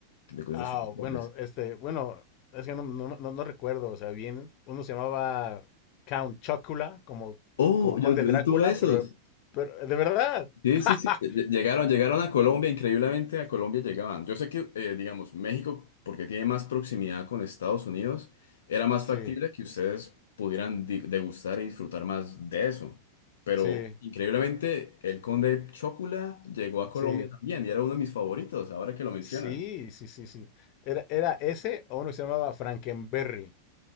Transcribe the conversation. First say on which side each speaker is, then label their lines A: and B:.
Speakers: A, on the left; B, on the left.
A: de de
B: Ah,
A: los que te acuerdes?
B: bueno, este, bueno, es que no, no, no- no no recuerdo, o sea, bien, uno se llamaba Count Chocula, como,
A: Oh,
B: como
A: yo,
B: Conde
A: yo
B: Drácula,
A: tuve esos.
B: pero, pero, de verdad.
A: Sí,
B: <laughs>
A: sí, sí. Lle- Llegaron, llegaron a Colombia, increíblemente a Colombia llegaban. Yo sé que, eh, digamos, México, porque tiene más proximidad con Estados Unidos, era más
B: Sí,
A: factible que ustedes pudieran di- degustar y disfrutar más de eso. Pero
B: sí,
A: increíblemente, el Conde Chocula llegó a Colombia
B: sí.
A: también y era uno de mis favoritos, ahora que lo mencionas.
B: Sí, sí, sí, sí. Era, era ese o uno que se llamaba Frankenberry,